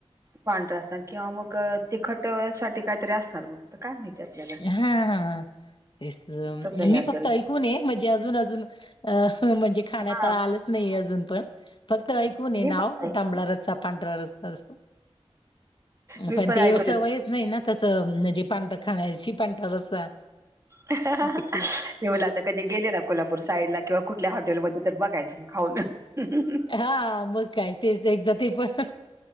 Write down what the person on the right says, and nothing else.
पांढरा असन किंवा मग तिखट होया साठी काहीतरी असणार मग. त काय माहिती आहे आपल्याला?
तसं हे
असेल
हा
मी
पण
मी
ऐकून
मी
म्हटला आता कधी गेले ना कोल्हापूर साईडला किंवा कुठल्या हॉटेलमध्ये तर बघायचं. खाऊन हं हं हं